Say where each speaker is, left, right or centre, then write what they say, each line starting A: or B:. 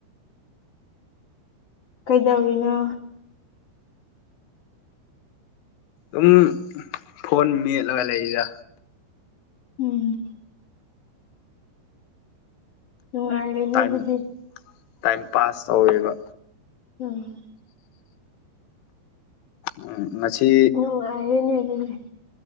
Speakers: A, on the left (about 40°); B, on the left (about 85°).
A: ꯀꯩꯗꯧꯔꯤꯅꯣ
B: ꯑꯗꯨꯝ ꯐꯣꯟ ꯃꯦꯠꯂꯒ ꯂꯩꯔꯤꯗ
A: ꯎꯝ ꯅꯨꯡꯉꯥꯏꯔꯦꯅꯦ
B: ꯇꯥꯏꯝ
A: ꯗꯨꯗꯤ
B: ꯇꯥꯏꯝ ꯄꯥꯁ ꯇꯧꯋꯦꯕ
A: ꯎꯝ
B: ꯎꯝ ꯉꯁꯤ
A: ꯅꯨꯡꯉꯥꯏꯔꯦꯅꯦ ꯑꯗꯨꯗꯤ